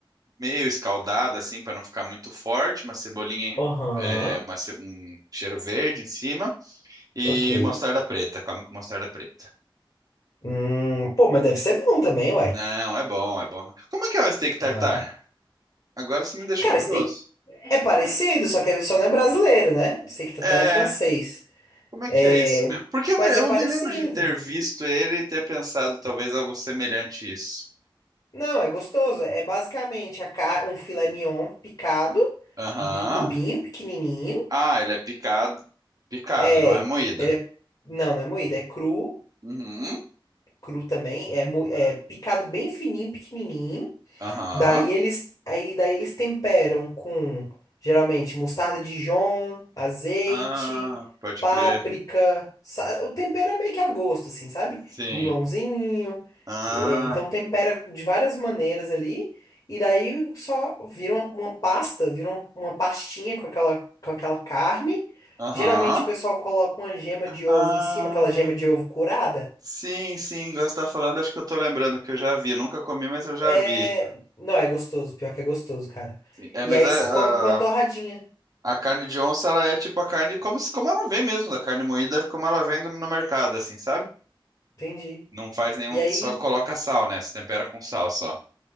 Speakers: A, on the right (about 45°); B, on the left (about 50°).
A: meio escaldada, assim, para não ficar muito forte, uma cebolinha,
B: Aham.
A: é, uma ce- um cheiro verde em cima e
B: Ok.
A: mostarda preta, come com mostarda preta.
B: Hum, pô, mas deve ser bom também, uai.
A: Não, é bom, é bom. Como é que é o steak tartar?
B: Ah.
A: Agora você me deixou
B: Cara,
A: curioso.
B: steak é parecido, só que só não é brasileiro, né? Steak tartar
A: É,
B: é francês.
A: como é que
B: É,
A: é isso mesmo? Porque eu
B: mas
A: me, eu
B: é parecido.
A: me lembro de ter visto ele e ter pensado talvez algo semelhante a isso.
B: Não, é gostoso. É basicamente a ca- um filé mignon picado
A: Aham.
B: em cubinho pequenininho.
A: Ah, ele é picado. Picado,
B: É,
A: não é moída.
B: ele é. Não, não é moído, é cru,
A: Uhum.
B: cru também. É, mo- é picado bem fininho, pequenininho.
A: Aham.
B: Daí eles, aí daí eles temperam com geralmente mostarda Dijon, azeite,
A: Ah, pode
B: páprica.
A: crer.
B: sa- O tempero é meio que a gosto, assim, sabe?
A: Sim.
B: Limãozinho.
A: Ah,
B: é, então tempera de várias maneiras ali. E daí só vira uma, uma pasta, vira uma, uma pastinha com aquela, com aquela carne.
A: aham.
B: Geralmente o pessoal coloca uma gema de ovo
A: Ah,
B: em cima, aquela gema de ovo curada.
A: sim, sim. Agora você tá falando, acho que eu tô lembrando que eu já vi. Eu nunca comi, mas eu já
B: É.
A: vi.
B: Não, é gostoso, pior que é gostoso, cara.
A: É,
B: E
A: mas
B: aí
A: é.
B: se
A: ah,
B: come com a torradinha.
A: A carne de onça, ela é tipo a carne como, se- como ela vem mesmo, da carne moída, como ela vem do- no mercado, assim, sabe?
B: Entendi.
A: Não faz nenhum,
B: E aí.
A: só coloca sal, né? Se tempera com sal só.